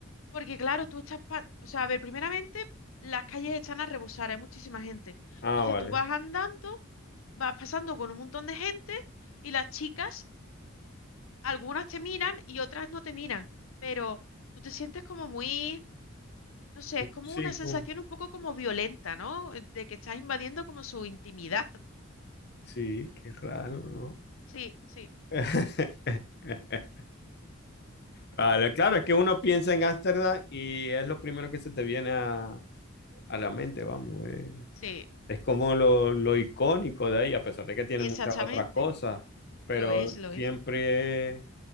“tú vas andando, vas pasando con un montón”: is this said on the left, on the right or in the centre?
Left